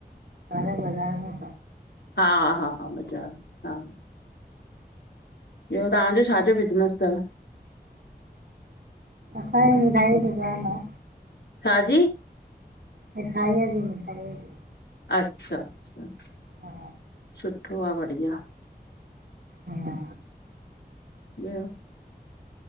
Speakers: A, on the right; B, on the left.
A: परे बजार में
B: हा, हा, हा बजार में हा। ॿियो तव्हांजो छाजो बिज़नेस अथव?
A: असांजी मिठाई जी दुकान आ।
B: छाजी?
A: मिठाईय जी, मिठाईय जी।
B: अच्छा, अच्छा
A: हा
B: सुठो आ बढ़िया।
A: हा।
B: ॿियो